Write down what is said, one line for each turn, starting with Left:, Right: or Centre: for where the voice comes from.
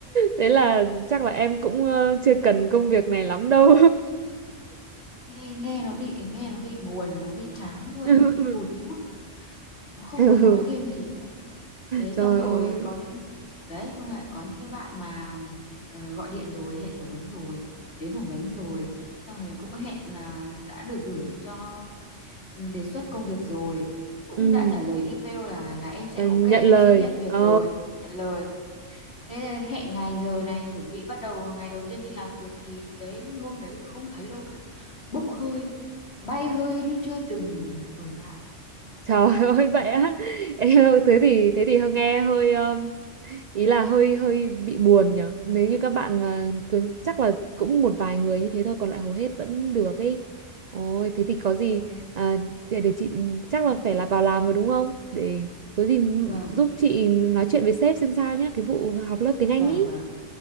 Right: thế là chắc là em cũng ờ, chưa cần công việc này lắm đâu
Left: Nghe nghe nó bị nghe nó bị buồn, nó bị chán luôn,
Right: <laughs>
Left: nó bị tụt mút nó không
Right: Ừ.
Left: muốn nói thêm gì nữa. đấy
Right: Trời
Left: xong rồi
Right: ơi.
Left: có những đấy xong rồi có những cái bạn mà ờ, gọi điện rồi hẹn phỏng vấn rồi đến phỏng vấn rồi xong rồi cũng hẹn là đã được gửi cho ừ, đề xuất công việc rồi cũng
Right: Ừ,
Left: đã trả lời email là là em sẽ
Right: là
Left: ok
Right: nhận
Left: em
Right: lời.
Left: sẽ nhận việc
Right: Ờ.
Left: rồi nhận lời thế hẹn ngày giờ này chuẩn bị bắt đầu ngày đầu tiên đi làm việc thì đến hôm đấy không thấy đâu cả bốc hơi bay hơi như chưa từng tồn tại
Right: Trời <laughs> ơi vậy á. Em thế thì thế thì hơi nghe hơi um, ý là hơi hơi bị buồn nhở. Nếu như các bạn mà cứ, chắc là cũng một vài người như thế thôi còn lại hầu hết vẫn được ấy. Ôi thế thì có gì
Left: Ôi,
Right: à, để, để chị chắc là phải là vào làm rồi đúng không? Để có gì
Left: vâng
Right: giúp chị nói chuyện với sếp xem sao nhá, cái vụ học lớp tiếng Anh
Left: vâng
Right: ý.
Left: vâng